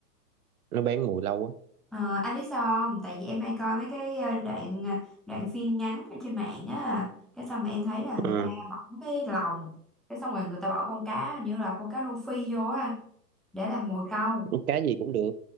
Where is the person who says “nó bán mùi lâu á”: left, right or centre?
Right